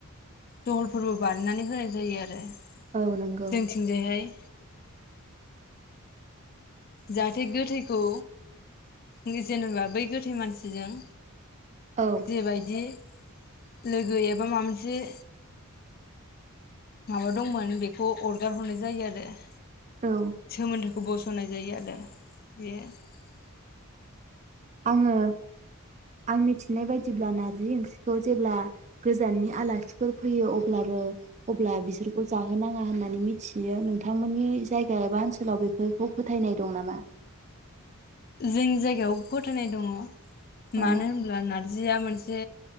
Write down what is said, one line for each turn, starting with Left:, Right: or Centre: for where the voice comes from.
Left: दहलफोरबो बानायनानै होनाय जायो आरो ।
Right: औ नंगौ
Left: जोंथिंजायहाय जा थे गोथैखौ बि जेनेबा बै गोथै मानसि जों
Right: औ
Left: जेबायदि लोगो एबा माबा मोनसे माबा दंमोन बेखौ अरगार हरनाय जायो आरो ।
Right: औ
Left: सोमोन्दो बसनाय जायो आरो बेयो ।
Right: आङो आं मिथिनाय बायदिब्ला ना रजि ओंख्रिखौ जेब्ला गोजाननि आलासिफोर फैयो अब्लाबो अब्ला बिसोरखौ जाहोनाङा, होननानै मिथियो नोंथांमोननि जायगा एबा ओनसोलाव बेफोरखौ फोथायनाय दं नामा?
Left: जोंनि जायगायाव फोथायनाय दङ ।
Right: अ
Left: मानो होनब्ला ना नारजिया मोनसे